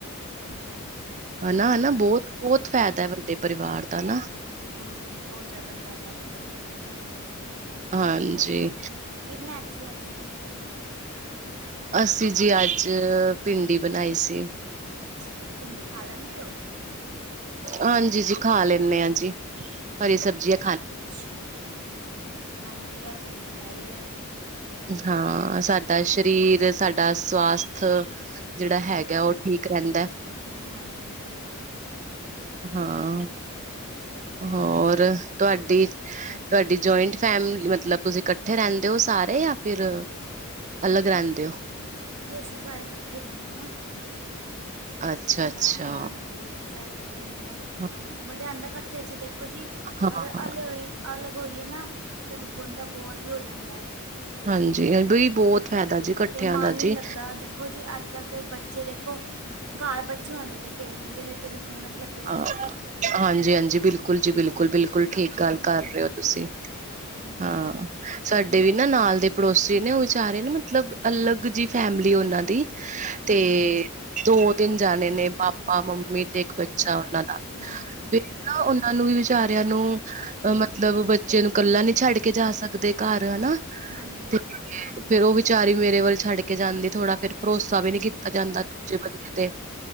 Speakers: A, on the right; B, on the right.
A: ਹਾਂਜੀ-ਹਾਂਜੀ।
B: ਹਨਾ-ਹਨਾ ਬੋਤ-ਬੋਤ ਫੇਦਾ ਐ ਵੱਡੇ ਪਰਿਵਾਰ ਦਾ ਨਾ।
A: ਹਾਂਜੀ ਹਾਂ ਬੋਤ ਜਾਦਾ ਫੇਦਾ ਵੱਡੇ ਪਰਿਵਾਰ ਦਾ,
B: ਹਾਂਜੀ
A: ਹੋਰ ਕੀ ਬਣਾਇਆ ਤੁਸੀ ਅਜ?
B: ਅਸੀਂ ਜੀ ਅੱਜ ਭਿੰਡੀ ਬਣਾਈ ਸੀ।
A: ਅੱਛਾ ਭਿੰਡੀ ਖਾ ਲੈਂਦੇ ਔ।
B: ਹਾਂਜੀ ਜੀ ਖਾ ਲੈਨੇ ਆ ਜੀ, ਹਰੀ ਸਬਜ਼ਿਆ
A: ਅੱਛਾ, ਹਾਂਜੀ ਐ ਤੇ ਹੈ ਈ ਐ।
B: ਹਾਂ ਸਾਡਾ ਸ਼ਰੀਰ ਸਾ ਦਾ ਸਵਾਸਥ ਜੇੜਾ ਹੈਗਾ ਓ ਠੀਕ ਰੇਂਦਾ।
A: ਹਾਂਜੀ, ਹਾਂਜੀ ਬਿਲਕੁਲ, ਬਿਲਕੁਲ।
B: ਹਾਂ, ਹੋਰ ਤੁਹਾਡੀ ਤੁਹਾਡੀ ਜੁਆਇੰਟ ਫੈਮਿਲੀ ਮਤਲਬ ਤੁਸੀਂ ਇਕੱਠੇ ਰਹਿੰਦੇ ਉਹ ਸਾਰੇ ਜਾਂ ਫਿਰ ਅਲੱਗ ਰਹਿੰਦੇ ਔ।
A: ਜੀ ਅਸੀਂ ਸਾਰੇ ਇਕੱਠੇ ਰਹਿਨੇ ਆ।
B: ਅੱਛਾ ਅੱਛਾ,
A: ਹਾਂਜੀ ਅਸੀਂ ਸਾਰੇ ਇਕੱਠੇ ਈ ਰੇਨੇ ਆ
B: ਹਾਂ
A: ਮਜ਼ਾ ਆਦਾ ਕੱਠੇ ਚ ਦੇਖੋ ਜੀ,
B: ਹਾਂ
A: ਅਗਰ ਹਲੇ ਹੋਏ ਅਲੱਗ ਹੋਈਏ ਨਾ ਤੇ ਬੰਦਾ ਬੋਰ ਵੀ ਹੋ ਜਾਂਦਾ।
B: ਹਾਂਜੀ ਬਈ। ਬਹੁਤ ਫਾਇਦਾ ਜੀ ਇਕੱਠਿਆਂ
A: ਤੇ ਮਨ
B: ਦਾ
A: ਵੀ
B: ਜੀ।
A: ਨੀ ਲੱਗਦਾ ਦੇਖੋ ਜੀ ਅੱਜ ਕੱਲ ਦੇ ਬ ਬੱਚੇ ਦੇਖੋ ਘਰ ਬੱਚੇ ਹੋਣਗੇ ਤੇ ਖੇਲਣਗੇ ਨਈ ਤੇ ਫੋਨ ਚ ਲੱ
B: ਹਾਂ ਹਾਂਜੀ, ਹਾਂਜੀ ਬਿਲਕੁਲ ਜੀ ਬਿਲਕੁਲ, ਬਿਲਕੁਲ ਠੀਕ
A: ਹਾਂਜੀ
B: ਗੱਲ ਕਰ ਰਹੇ ਔ ਤੁਸੀਂ।
A: ਹਾਂਜੀ,
B: ਹਾਂ।
A: ਹਾਂਜੀ
B: ਸਾਡੇ ਵੀ ਨਾ ਨਾਲ ਦੇ ਪੜੋਸੀ ਨੇ ਉਹ ਵਿਚਾਰੇ ਨਾ ਮਤਲਬ ਅਲੱਗ ਜੀ ਫੈਮਿਲੀ ਉਹਨਾਂ ਦੀ ਦੀ,
A: ਹਮ
B: ਤੇ ਦੋ ਤਿਨ ਜਾਣੇ ਨੇ ਪਾਪਾ ਮੰਮੀ ਤੇ ਇੱਕ ਬੱਚੇ ਬੱਚਾ ਉਹਨਾਂ ਦਾ,
A: ਹਾਂਜੀ
B: ਫਿਰ ਨਾ ਉਹਨਾਂ ਨੂੰ ਵੀ ਵਿਚਾਰਿਆਂ ਨੂੰ ਮਤਲਬ ਜਦੋ ਇਹਨੂੰ ਕੱਲਾ ਨੀ ਛੱਡ ਕੇ ਜਾ ਸਕਦੇ ਘਰ ਹਨਾ
A: ਹਾਂਜੀ ਹਾਂਜੀ
B: ਤੇ ਫੇਰ ਉਹ ਵਿਚਾਰੀ ਮੇਰੇ ਵੱਲ ਛੱਡ ਕੇ ਜਾਂਦੀ ਥੋੜ੍ਹਾ ਫੇਰ ਭਰੋਸਾ ਵੀ ਨੀ ਕੀਤਾ ਜਾਂਦਾ ਦੂਜੇ ਬੰਦੇ ਤੇ।